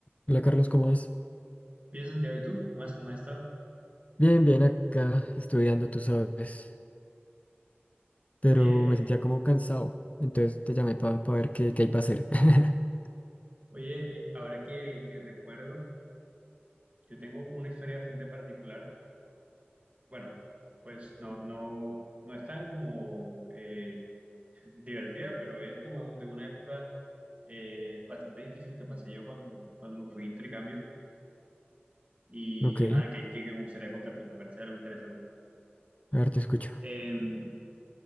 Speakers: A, on the left; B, on the right.
A: Hola Carlos, ¿cómo vas?
B: Bien, Santiago, ¿y tú? ¿Qué más? ¿Cómo has estado?
A: Bien, bien acá estudiando, tú sabes, pero
B: Oye,
A: me
B: eh,
A: sentía como cansado, entonces te llamé para ver qué, qué hay para hacer. <laughs>
B: oye, eh, ahora que, que recuerdo, yo tengo una historia bastante particular. Bueno, pues no, no, no es tan como eh, <laughs> divertida, pero es como de una época eh, bastante difícil que pasé yo cuando, cuando me fui de intercambio y
A: Ok,
B: ajá, que, que, que me gustaría contarte, me parece algo interesante.
A: a ver, te escucho.
B: Em,